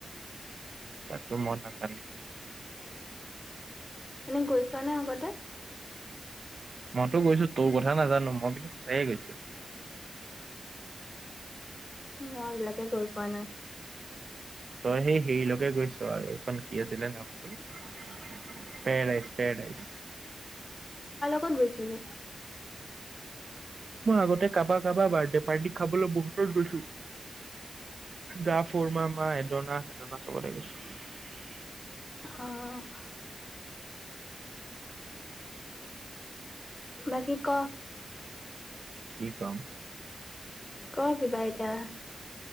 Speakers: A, on the right; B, on the left.
A: তাতো ম ধ <unintelligible>
B: এনে গৈছ নে আগতে?
A: মইতো গৈছো তোৰ কথা নাজানো মই কিন্তু সঁচায়ে গৈছোঁ।
B: মই আজিলৈকে গৈ পোৱা নাই
A: তই সেই হেৰিলৈকে গৈছ আৰু এইখন কি আছে কি আছিলে নামটো পেৰেডাইজ পেৰেডাইজ।
B: ক'ত গৈছিলি?
A: মই আগতে কাবাৰ কাবাৰ বাৰ্থডে পাৰ্টি খাবলৈ বহুতত গৈছো। গা ফুৰ মামাই জনা আছে জনা চবলে গৈছো।
B: অ' বাকী ক
A: কি কম?
B: ক কিবা এটা।